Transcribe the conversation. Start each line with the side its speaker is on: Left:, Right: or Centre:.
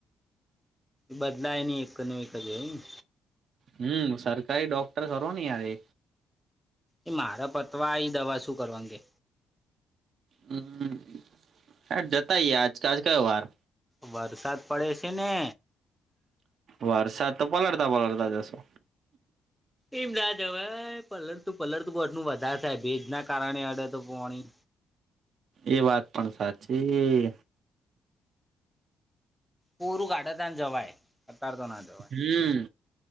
Centre: બદલાય નઈ એક નવી <unintelligible>
Right: હમ્મ સરકારી ડોક્ટર કરો ને યાર એ.
Centre: એ મારા પતવાઈ દવા શું કરવાગે.
Right: હમ્મ આ જતા ઈ આજકાલ કયો વાર.
Centre: બરસાત પડે છે ને
Right: વરસાદ તો પલળતા પલળતા જસો.
Centre: એમ ના જવાય પલર તું પલર ત બટું વધારે થાય ભેજ ના કારણે અડે તો પોણી
Right: એ વાત પણ સાચી.
Centre: પૂરું કાડતા જવાય અત્યાર તો ના જવાય.
Right: હમ્મ.